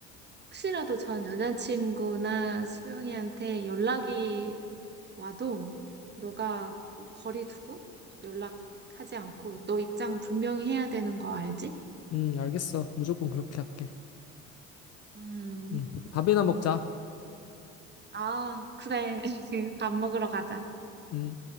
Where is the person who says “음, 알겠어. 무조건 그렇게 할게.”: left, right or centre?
Left